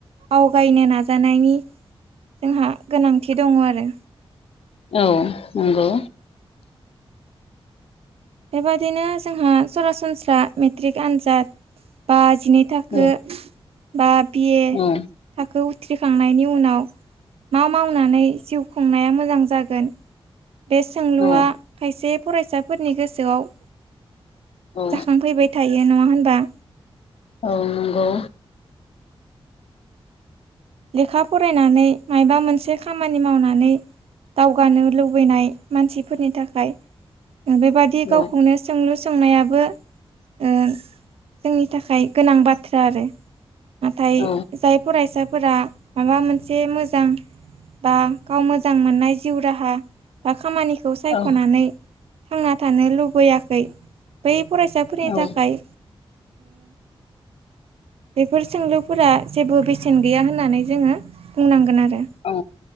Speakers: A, on the right; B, on the left.
A: आवगायनो नाजानायनि जोंहा गोनांथि दङ आरो।
B: औ नंगौ।
A: बेबादिनो जोंहा सरासनस्रा मेट्रिक आनजाद बा जिनै थाखो
B: औ
A: बा बिए
B: औ
A: थाखो उथ्रिखांनायनि उनाव मा मावनानै जिउ खुंनाया मोजां जागोन बे सोंलुआ
B: औ
A: खायसे फरायसाफोरनि गोसोआव
B: औ
A: जाखांफैबाय थायो नङा होनबा।
B: औ नंगौ।
A: लेखा फरायनानै माबा मोनसे खामानि मावनानै दावगानो लुबैनाय मानसिफोरनि थाखाय बेबादि गावखौनो
B: औ
A: सोंलु सोंनायाबो ओ जोंनि थाखाय गोनां बाथ्रा आरो नाथाय
B: औ
A: जाय फरायसा फोरा माबा मोनसे मोजां बा गाव मोजां मोननाय जिउ राहा बा खामानि खौ सायख'नानै
B: औ
A: थांना थानो लुबैयाखै बै फरायसा फोरनि
B: औ
A: थाखाय बेफोर सोंलुफोरा जेबो बे सेन गैया होननानै जोङो बुंनांगोन आरो।
B: औ